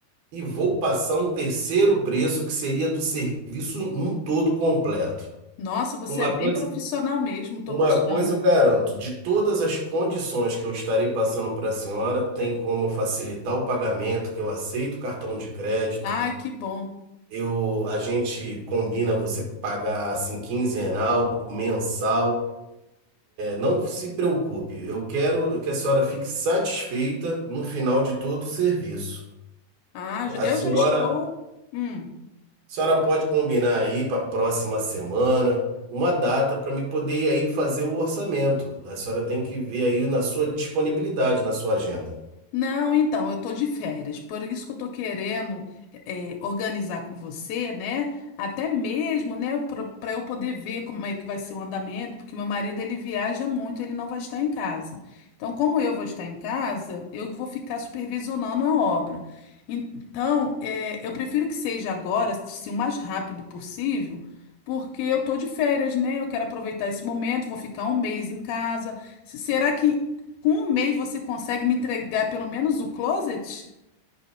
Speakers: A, on the right; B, on the left.
A: e vou passar um terceiro preço que seria do serviço num todo completo.
B: Nossa, você
A: Uma
B: é
A: coisa,
B: bem profissional mesmo, tô
A: uma
B: gostando.
A: coisa eu garanto, de todas as condições que eu estarei passando para a senhora, tem como eu facilitar o pagamento, que eu aceito cartão de crédito.
B: Ai, que bom.
A: Eu, a gente combina você pagar assim quinzenal, mensal. Não se preocupe, eu quero que a senhora fique satisfeita no final de todo o serviço.
B: Ah,
A: A
B: eu
A: senhora,
B: já estou.
A: a
B: hum.
A: senhora pode combinar aí para a próxima semana uma data para me poder ir aí fazer o orçamento. A senhora tem que ver aí na sua disponibilidade, na sua agenda.
B: Não, então, eu tô de férias, por isso que eu tô querendo eh, organizar com você, né? Até mesmo, né, para eu poder ver como é que vai ser o andamento, porque meu marido ele viaja muito, ele não vai estar em casa. Então, como eu vou estar em casa, eu que vou ficar supervisionando a obra. Então, eh, eu prefiro que seja agora, assim, o mais rápido possível. Porque eu tô de férias, né? Eu quero aproveitar esse momento, vou ficar um mês em casa. Se- Será que com um mês você consegue me entregar pelo menos o closet?